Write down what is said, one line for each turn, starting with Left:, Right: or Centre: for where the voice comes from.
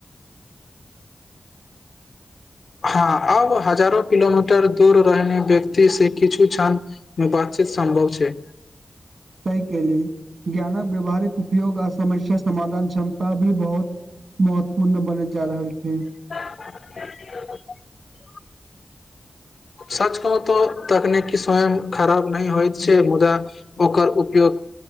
Left: हँ अब हजारो किलोमीटर दूर रहने व्यक्ति से किछु क्षण मे बातचीत सम्भव छै।
Right: सहि केेली ज्ञानक व्यावहारिक उपयोग आ समस्या समाधान क्षमता भी बहुत महत्वपूर्ण बन जा रहल छै।
Left: <unintelligible> सच कहहु तऽ तकनीकी स्वयं खराब नहि होइत छै मुदा ओकर उपयोग